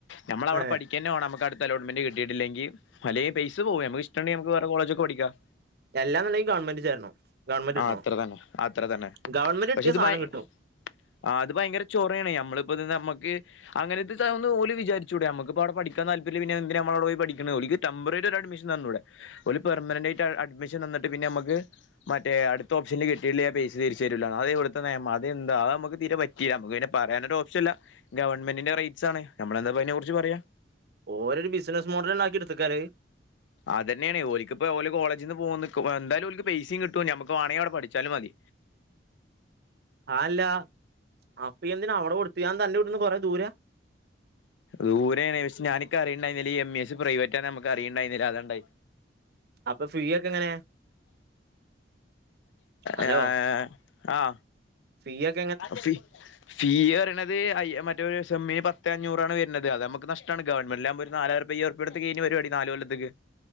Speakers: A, on the left; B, on the right.
A: നമ്മളവിടെ
B: ഏ
A: പഠിക്കന്നെ വേണം നമുക്കടുത്ത അലോട്ട്മെന്റ് കിട്ടിയിട്ടില്ലെങ്കി അല്ലേ ഈ പൈസ് സ പോവും നമ്മക്കിഷ്ട്ടൊണ്ടേ നമ്മക്ക് വേറെ കോളേജൊക്കെ പഠിക്കാം
B: എല്ലാന്നണ്ടെങ്കി ഗവൺമെന്റി ചേരണം ഗവൺമെന്റ്
A: ആ
B: കിട്ടണം
A: അത്ര തന്നെ അത്ര തന്നെ
B: ഗവൺമെന്റ്
A: പക്ഷെ
B: കിട്ടിയ
A: ഇത്
B: സാധനം
A: ഭയ്
B: കിട്ടും
A: ആ അത് ഭയങ്കര ചൊറയാണെ നമ്മളിപ്പ ഇതു നമ്മക്ക് അങ്ങനത്തിതാവൂന്ന് ഓല് വിചരിച്ചൂടെ മ്മക്കിപ്പോ അവിടെ പഠിക്കാൻ താല്പര്യല്ലേ പിന്നെ എന്തിനാ നമ്മളവിടെ പോയി പഠിക്കുന്നത് ഓല്ക്കു ടെംമ്പററി ഒരഡ്മിഷൻ തന്നൂടെ ഓല് പെർമനന്റ് ആയിട്ട് അഡ്മിഷൻ തന്നിട്ട് പിന്നെ നമ്മക്ക് മറ്റേ അടുത്ത ഓപ്ഷനില് കിട്ടീല്ലേ ആ പൈസ തിരിച്ചു തരൂല്ലാന്ന് അതെവിടുത്തെ നെയമാ അതെന്താ അത് മ്മക്ക് തീരെ പറ്റ് ല്ല നമുക്ക് പിന്നെ പറയാനൊരോപ്ഷനില്ല ഗവൺമെന്റിന്റെ റീച്ചാണ് നമ്മളെന്താപ്പതിനെക്കുറിച്ച് പറയാ
B: ഓലൊരു ബിസിനസ് മോഡല്ലാക്കി ഇട്ത്തക്കാലത്
A: അതന്നെയാണ് ഓലുക്കിപ്പോ ഓല് കോളേജിന്ന് പോക്വോ നിക്കോ എന്തായാലുംക്ക് പൈസയും കിട്ടും ഞമ്മുക്ക് വേണേങ്കി അവിടെ പഠിച്ചാലും മതി
B: ആല്ല അപ്പൊ എന്തിന അവിടെ കൊടുത്ത് അത് എൻത അന്റെ വീട്ട്ന്ന് കൊറേ ദൂരാ?
A: ദൂരെയാണ് ക്ഷേ ഞാനിക്ക അറിയണുണ്ടായിരുന്നില്ലീ എം ഇ എസ് പ്രൈവറ്റാന്നു നമ്മുക്കറിയണുണ്ടായിരുന്നില്ല അതാണണ്ടായെ
B: അപ്പൊ ഫീ ഒക്കെ എങ്ങനെയാ? ഹലോ
A: ഏ ആ
B: ഫീ എക്
A: അ ഫി ഫീ പറയണത് അ മറ്റേരു സെമ്മിന് പത്ത് അഞ്ഞൂറാണ് വരുന്നത് അത് നമുക്ക് നഷ് ട്ടാണ് ഗവമെന്റിലാകുമ്പ ഒരു നാലായിരറുപ്യ അയ്യായിരറുപ്യ കൊടുത്ത കൈഞ്ഞു പരിപാടി നാലുകൊല്ലത്തേക്ക്